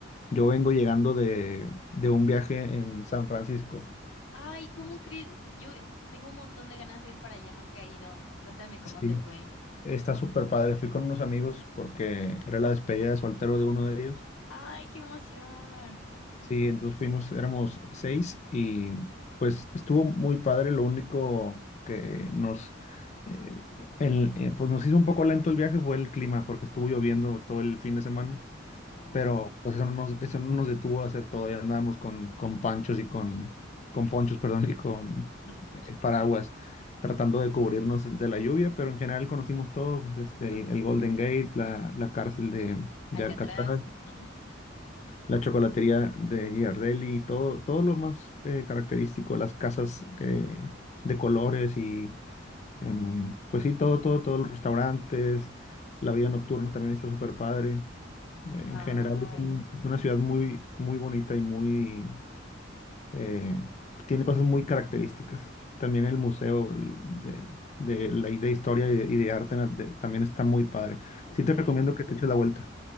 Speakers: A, on the left; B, on the left.
A: yo vengo llegando de, de un viaje en San Francisco.
B: Ay, ¿cómo
A: Este,
B: crees? Yo tengo un montón de ganas de ir para allá, nunca he ido. Cuéntame cómo
A: Sí,
B: te fue.
A: Está súper padre. Fui con unos amigos porque era la despedida de soltero de uno de ellos.
B: Ay, qué emoción.
A: Sí, entonces fuimos, éramos seis y pues estuvo muy padre. Lo único que nos, eh, el- eh, pues nos hizo un poco lento el viaje fue el clima porque estuvo lloviendo todo el fin de semana
B: Oh,
A: pero pues eso no nos, eso no nos detuvo a hacer todo, ya andábamos con, con panchos y con, con ponchos, perdón, <laughs> y con
B: <laughs>
A: eh, paraguas, tratando de cubrirnos de la lluvia, pero en general conocimos todo, pues, este, el, el Golden Gate, la, la cárcel de, de
B: Alcatraz.
A: Alcatraz,
B: ujú.
A: la chocolatería de Giardelli, todo, todo lo más eh, característico, las casas eh, de colores y Em, pues sí, todo, todo, todos los restaurantes, la vida nocturna también está súper padre. Eh,
B: Ay,
A: En general es, un- es una ciudad muy, muy bonita y muy, eh, tiene cosas muy características. También el museo de, de la, de historia y de, y de arte na- de- también está muy padre.
B: ok.
A: Sí te recomiendo que te eches la vuelta.